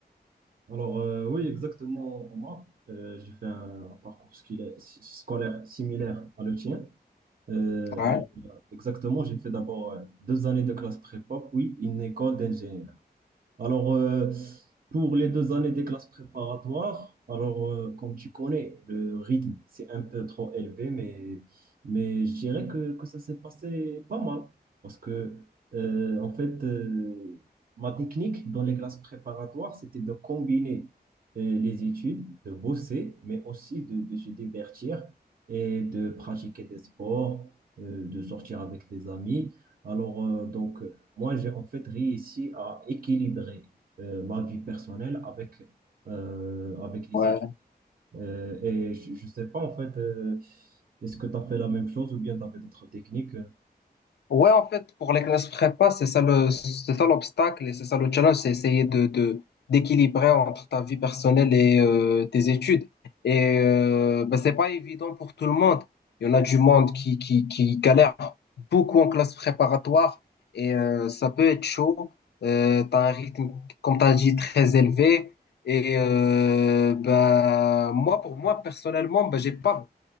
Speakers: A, on the right; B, on the left.
A: Alors, euh, oui, exactement, Omar. Euh, j'ai fait un, un parcours scolaire, scolaire similaire à le tien. Euh,
B: Ouais.
A: alors, euh, exactement, j'ai fait d'abord euh, deux années de classe prépa, puis une école d'ingénieur. Alors, euh, pour les deux années des classes préparatoires, alors, euh, comme tu connais, le rythme, c'est un peu trop élevé, mais, mais je dirais que, que ça s'est passé pas mal. Parce que, euh, en fait, euh, ma technique dans les classes préparatoires, c'était de combiner euh, les études, de bosser, mais aussi de, de se divertir et de pratiquer des sports, euh, de sortir avec des amis. Alors, euh, donc, euh, moi, j'ai en fait réussi à équilibrer euh, ma vie personnelle avec, euh, avec les
B: ouais.
A: études. Euh, et je je sais pas, en fait, euh, est-ce que tu as fait la même chose ou bien tu avais d'autres techniques? euh
B: Ouais, en fait, pour les classes prépa, c'est ça le, c'est ça l'obstacle et c'est ça le challenge, c'est essayer de, de, d'équilibrer entre ta vie personnelle et euh, tes études. Et euh, ben, c'est pas évident pour tout le monde. Il y en a du monde qui, qui, qui galère beaucoup en classe préparatoire et euh, ça peut être chaud. Euh, t'as un rythme, comme t'as dit, très élevé. Et euh, ben, moi, pour moi, personnellement, ben, j'ai pas